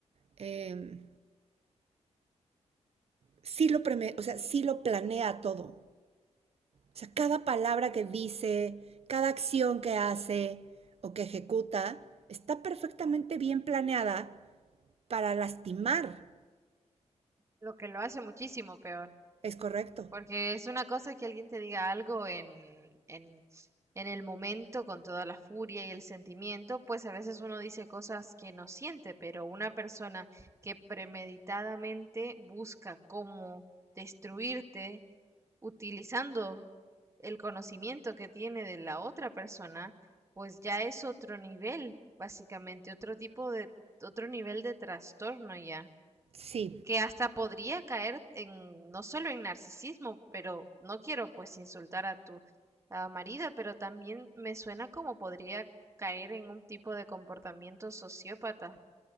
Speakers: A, on the right (about 60°); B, on the right (about 25°).
A: eh, sí lo preme- o sea, sí lo planea todo. O sea, cada palabra que dice, cada acción que hace o que ejecuta, está perfectamente bien planeada para lastimar.
B: lo que lo hace muchísimo peor.
A: Es correcto.
B: Porque es una cosa que alguien te diga algo en, en, en el momento, con toda la furia y el sentimiento, pues a veces uno dice cosas que no siente, pero una persona que premeditadamente busca cómo destruirte utilizando el conocimiento que tiene de la otra persona, pues ya es otro nivel, básicamente, otro tipo de, otro nivel de trastorno ya
A: Sí.
B: que hasta podría caer en, no solo en narcisismo, pero no quiero pues insultar a tu ah, marido, pero también me suena como podría caer en un tipo de comportamiento sociópata.